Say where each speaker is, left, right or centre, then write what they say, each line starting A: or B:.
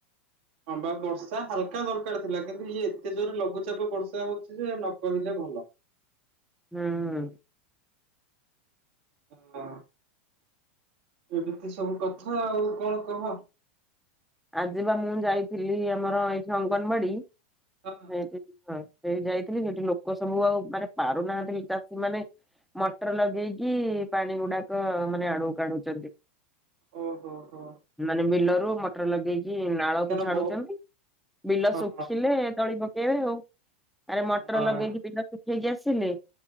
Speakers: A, on the right; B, in the centre.
A: ହଁ ବା ବର୍ଷା ହାଲକା ଦରକାର ଥିଲା, କିନ୍ତୁ ଇଏ ଏତେ ଜୋରେ ଲଘୁଚାପ ବର୍ଷା ହଉଛି ଯେ ନ କହିଲେ ଭଲ।
B: ହୁଁ।
A: ହଁ ଏମିତି ସବୁ କଥା ଆଉ, କଣ କହ?
B: ଆଜି ବା ମୁଁ ଯାଇଥିଲି ଆମର ଏଇଠି ଅଙ୍ଗନବାଡି,
A: ହଁ
B: ସେଇଠି ସେଇ ଯାଇଥିଲି, ସେଠି ଲୋକ ସବୁ ଆଉ ମାନେ ପାରୁନାହାନ୍ତି ଚାଷୀ ମାନେ ମଟର ଲଗେଇକି ପାଣି ଗୁଡାକ ମାନେ ଆଡୁକୁ କାଢୁଛନ୍ତି।
A: ଓ ହୋ ହୋ।
B: ମାନେ ବିଲରୁ ମଟର ଲଗେଇକି ନାଳକୁ
A: କାହିଁକିନା
B: ଛାଡୁଛନ୍ତି,
A: ବ
B: ବିଲ
A: ହଁ
B: ଶୁଖିଲେ ତଳି ପକେଇ ଆଉ, ଆରେ ମଟର
A: ହଁ
B: ଲଗେଇକି ବିଲ ଶଖେଇକି ଆସିଲେ